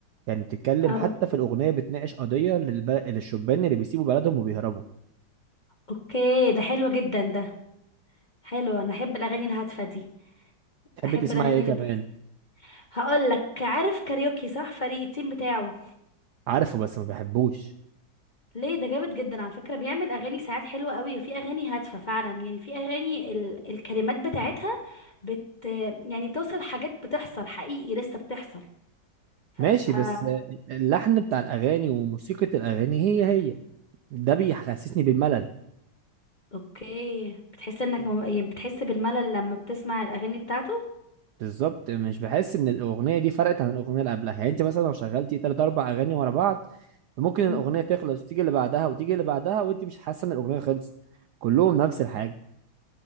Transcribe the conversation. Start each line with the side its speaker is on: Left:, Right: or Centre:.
Right: يعني بتتكلم
Left: اه
Right: حتى في الأغنية بتناقش قضية للب... للشبان اللي بيسيبوا بلدهم وبيهربوا
Left: اوكي ده حلو جدا ده حلو انا احب الاغاني الهادفة دي
Right: تحبي
Left: احب
Right: تسمعي
Left: الاغاني
Right: إيه
Left: اللي
Right: كمان؟
Left: بت... هقول لك عارف كاريوكي صح فريق التيم بتاعه
Right: عارفه بس ما بحبوش
Left: ليه ده جامد جدا على فكرة بيعمل أغاني ساعات حلوة قوي وفي أغاني هادفة فعلا يعني في أغاني ال... الكلمات بتاعتها بت يعني بتوصف حاجات بتحصل حقيقي لسه بتحصل ف...
Right: ماشي
Left: ف...
Right: بس اللحن بتاع الأغاني وموسيقى الأغاني هي هي ده بيحسسني بالملل
Left: أوكي بتحس إنك مم... يعني بتحس بالملل لما بتسمع الأغاني بتاعته
Right: بالظبط مش بحس ان الاغنيه دي فرقت عن الاغنيه اللي قبلها يعني انت مثلا لو شغلتي تلات اربع اغاني ورا بعض ممكن
Left: مم.
Right: الاغنيه تخلص وتيجي اللي بعدها وتيجي اللي بعدها وانت مش حاسه ان الاغنيه خلصت كلهم نفس الحاجه